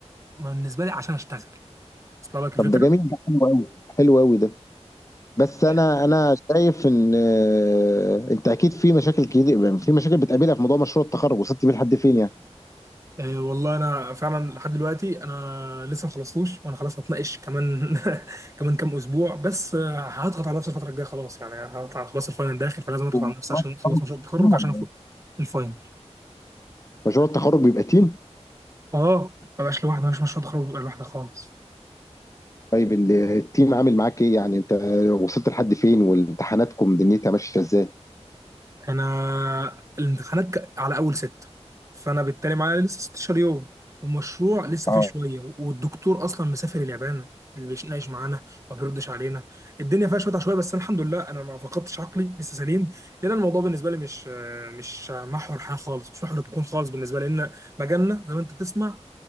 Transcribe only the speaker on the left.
طب ده جميل ده حلو قوي حلو قوي ده بس انا
انا شايف ان آه، انت اكيد في مشاكل كتير في مشاكل بتقابلها في موضوع مشروع التخرج وصلت بيه لحد فين يعني
مشروع
التخرج
تيم ولا
إيه؟
مشروع التخرج بيبقى تيم
طيب ال- التيم عامل معاك ايه يعني انت وصلت لحد فين وامتحاناتكم دنيتها ماشيه ازاي
اه